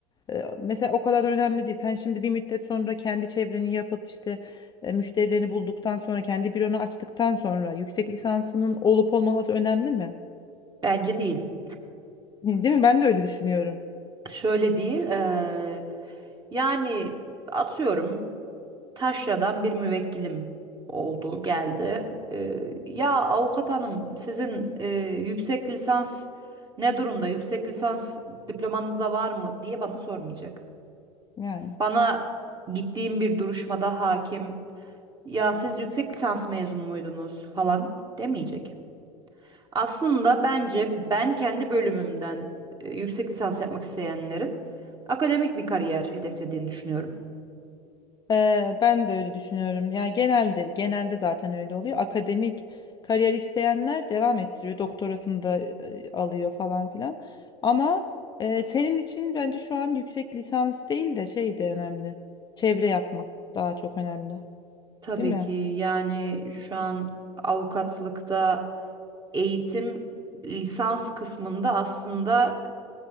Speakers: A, on the left; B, on the right.
A: e, mesela o kadar önemli değil. Sen şimdi bir müddet sonra kendi çevreni yapıp işte e, müşterilerini bulduktan sonra kendi büronu açtıktan sonra yüksek lisansının olup olmaması önemli mi?
B: Bence değil.
A: <laughs> Değil mi? Ben de öyle düşünüyorum.
B: Şöyle değil. eee, yani atıyorum taşradan bir müvekkilim oldu geldi. Eee, ya avukat hanım sizin eee, yüksek lisans ne durumda? Yüksek lisans diplomanızda var mı diye bana sormayacak.
A: Yani.
B: Bana gittiğim bir duruşmada hakim ya siz yüksek lisans mezunu muydunuz falan demeyecek. Aslında bence ben kendi bölümümden e, yüksek lisans yapmak isteyenlerin akademik bir kariyer hedeflediğini düşünüyorum.
A: Ee, ben de öyle düşünüyorum. Yani genelde genelde zaten öyle oluyor. Akademik kariyer isteyenler devam ettiriyor. Doktorasını da e, alıyor falan filan. Ama e, senin için bence şu an yüksek lisans değil de şey de önemli. Çevre yapmak daha çok önemli.
B: Tabii
A: Değil mi?
B: ki yani şu an avukatlıkta eğitim lisans kısmında aslında